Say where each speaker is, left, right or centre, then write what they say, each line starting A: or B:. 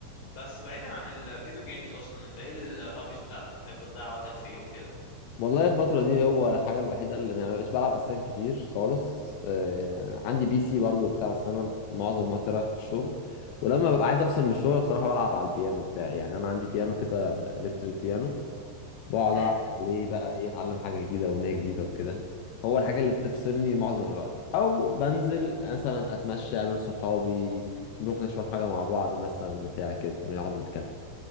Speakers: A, on the left (about 40°); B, on the left (about 85°).
A: بس بعيدا عن الفيديو جيمز اصلا انت ايه الهوبيز بتاعتك بتحب تضيع وقتك في ايه وكده
B: والله الفترة دي هو الحاجة الوحيدة اللي يعني ما بقتش بلعب أساسا كتير خالص آه عندي بي سي برضو بتاع بس أنا معظم وقتي رايح في الشغل ولما ببقى عايز أفصل من الشغل بصراحة بلعب على البيانو بتاعي يعني أنا عندي بيانو كده إلكتريك بيانو بقعد
A: امم
B: ألعب عليه بقى إيه أتعلم حاجة جديدة أغنية جديدة وكده هو الحاجة اللي بتفصلني معظم الوقت أو بنزل مثلا أتمشى أقابل صحابي نروح نشرب حاجة مع بعض مثلا بتاع كده ونقعد نتكلم